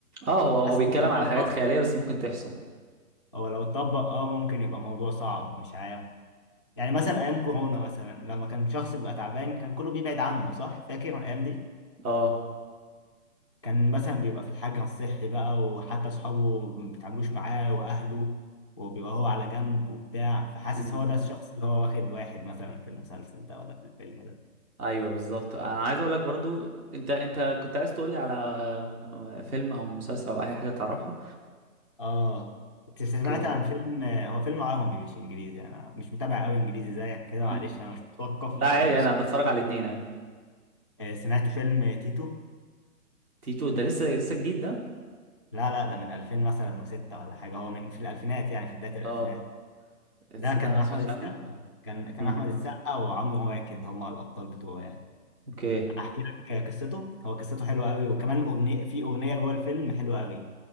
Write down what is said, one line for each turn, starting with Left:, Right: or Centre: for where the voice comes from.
Right: هو هو
Left: لو
Right: بيتكلم
Left: اتطبق
Right: على حاجات خيالية بس ممكن تحصل
Left: أو لو اتطبق أه ممكن يبقى موضوع صعب مش عارف يعني مثلا
Right: مم.
Left: أيام كورونا مثلا لما كان شخص بيبقى تعبان كان كله بيبعد عنه صح فاكر الأيام دي؟
Right: اه
Left: كان مثلا بيبقى في الحجر الصحي بقى وحتى أصحابه ما بيتعاملوش معاه وأهله وبيبقى هو على جنب وبتاع فحاسس
Right: مم.
Left: هو ده الشخص اللي هو واخد واحد مثلا في المسلسل ده ولا في الفيلم ده
Right: ايوه بالظبط انا عايز اقول لك برضو انت انت كنت عايز تقول لي على م- فيلم او مسلسل او اي حاجة تعرفها
Left: آه أنت سمعت
Right: اوكي
Left: عن فيلم هو فيلم عربي مش إنجليزي أنا مش متابع قوي إنجليزي زيك كده معلش
Right: مم.
Left: أنا مش متوقف
Right: لا
Left: آه
Right: عادي
Left: ماشي
Right: انا بتفرج على الاثنين عادي
Left: آه، سمعت فيلم تيتو
Right: تيتو ده لسه لسه جديد ده
Left: لا لا ده من 2000 مثلا وستة ولا حاجة هو من في الألفينات يعني في بداية الألفينات
Right: اه تصدق
Left: ده كان
Right: ما
Left: أحمد
Right: سمعتش
Left: السقا
Right: عنه
Left: كان كان
Right: مم.
Left: أحمد السقا وعمرو واكد هما الأبطال بتوعه يعني
Right: اوكي
Left: احكي لك قصته هو قصته حلوه قوي وكمان الاغنيه في اغنيه جوه الفيلم حلوه قوي